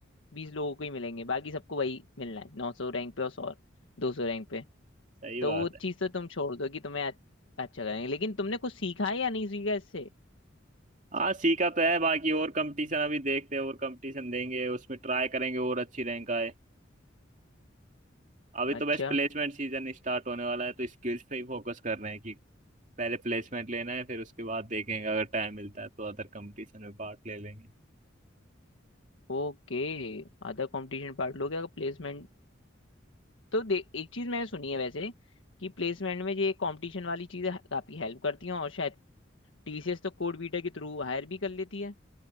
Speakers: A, on the left (about 75°); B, on the right (about 40°).
A: बीस लोगों को ही मिलेंगे बाकी सबको वही मिलना है नौ सौ रैंक पे और सौ दो सौ रैंक पे
B: सही
A: तो
B: बात
A: वो
B: है
A: चीज़ तो तुम छोड़ दो कि तुम्हें अच्छा करेंगे लेकिन तुमने कुछ सीखा है या नहीं सीखा इससे
B: हाँ सीखा तो है बाकी और कंपटीशन अभी देखते हैं और कंपटीशन देंगे उसमें ट्राई करेंगे और अच्छी रैंक आए अभी
A: अच्छा
B: तो बस प्लेसमेंट सीजन स्टार्ट होने वाला है तो स्किल्स पे ही फोकस कर रहे हैं कि पहले प्लेसमेंट लेना है फिर उसके बाद देखेंगे अगर टाइम मिलता है तो अदर कंपटीशन में पार्ट ले लेंगे
A: ओके अदर कंपटीशन पार्ट लोगे अगर प्लेसमेंट तो दे एक चीज मैंने सुनी है वैसे कि प्लेसमेंट में ये कंपटीशन वाली चीजें ह- काफी हेल्प करती हैं और शायद टीसीएस तो कोड बीटा के थ्रू हायर भी कर लेती है